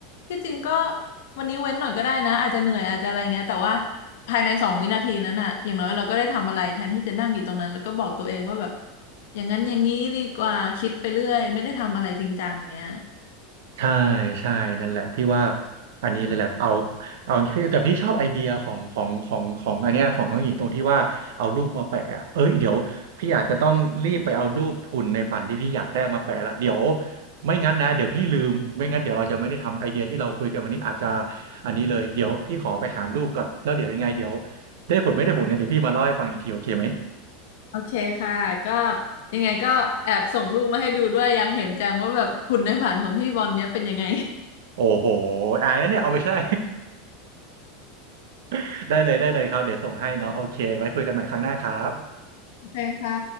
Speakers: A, on the left; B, on the right.
A: ที่จริงก็วันนี้เว้นหน่อยก็ได้นะอาจจะเหนื่อยอาจจะอะไรเงี้ยแต่ว่าภายในสองวินาทีนั้นน่ะอย่างน้อยเราก็ได้ทำอะไรแทนที่จะนั่งอยู่ตรงนั้นแล้วก็บอกตัวเองว่าแบบอย่างนั้นอย่างนี้ดีกว่าคิดไปเรื่อยไม่ได้ทำอะไรจริงจังเงี้ย
B: ใช่ใช่นั่นแหละพี่ว่าอันนี้เลยแหละเอาเอาแต่พี่ชอบไอเดียของของของของอันเนี้ยของน้องหญิงตรงที่ว่าเอารูปมาแปะอะเอ้ยเดี๋ยวพี่อาจจะต้องรีบไปเอารูปหุ่นในฝันที่พี่อยากได้มาแปะละเดี๋ยวไม่งั้นนะเดี๋ยวพี่ลืมไม่งั้นเดี๋ยวเราจะไม่ได้ทำไอเดียที่เราคุยกันวันนี้อาจจะอันนี้เลยเดี๋ยวพี่ขอไปหารูปก่อนแล้วเดี๋ยวยังไงเดี๋ยวได้ผลไม่ได้ผลกันเดี๋ยวพี่มาเล่าให้ฟังอีกทีโอเคไหม
A: โอเคค่ะก็ยังไงก็แอบส่งรูปมาให้ดูด้วยอยากเห็นจังว่าแบบหุ่นในฝันของพี่บอลเนี้ยเป็นยังไง
B: โอ้โหอายนะเนี่ยเอาไปใช่ <laughs> ได้เลยได้เลยครับเดี๋ยวส่งให้เนาะโอเคไว้คุยกันใหม่ครั้งหน้าครับ
A: โอเคค่ะ